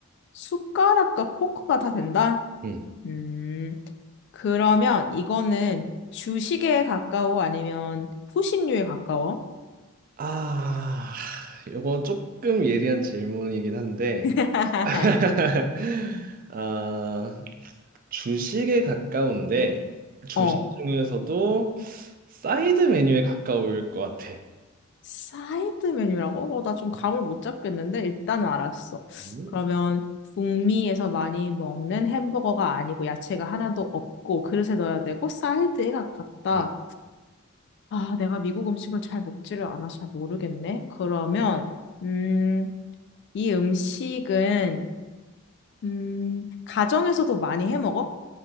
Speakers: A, on the left; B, on the right.
A: 숟가락과 포크가 다 된다?
B: 음.
A: 음, 그러면 이거는 주식에 가까워 아니면 후식류에 가까워?
B: 아, 요거 조금 예리한 질문이긴 한데
A: <laughs>
B: <laughs> 아, 주식에 가까운데 주식
A: 어.
B: 중에서도 사이드 메뉴에 가까울 것 같아.
A: 사이드 메뉴라고? 어, 나 좀 감을 못 잡겠는데 일단은 알았어.
B: 음.
A: 그러면 북미에서 많이 먹는 햄버거가 아니고 야채가 하나도 없고 그릇에 넣어야 되고 사이드에 가깝다.
B: 막,
A: 아, 내가 미국 음식을 잘 먹지를 않아 잘 모르겠네. 그러면 음, 이 음식은 음, 가정에서도 많이 해 먹어?